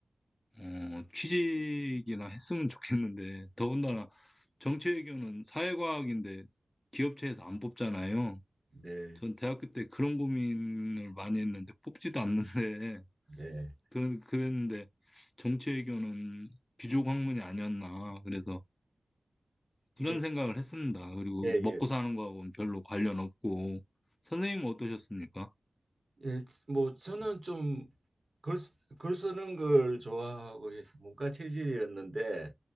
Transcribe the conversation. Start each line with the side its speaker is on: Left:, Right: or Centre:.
Left: 어, 취직이나 했으면 좋겠는데 더군다나 정치외교는 사회과학인데 기업체에서 안 뽑잖아요.
Right: 네,
Left: 전 대학교 때 그런 고민을 많이 했는데 뽑지도 않는데 <laughs>
Right: 네,
Left: 그런 그랬는데 정치외교는 귀족 학문이 아니었나. 그래서
Right: 네,
Left: 그런
Right: 네,
Left: 생각을 했습니다. 그리고
Right: 예,
Left: 먹고
Right: 예.
Left: 사는 거하고는 별로 관련 없고. 선생님은 어떠셨습니까?
Right: 예, 뭐 저는 좀글 글글 쓰는 걸 좋아하고 해서 문과 체질이었는데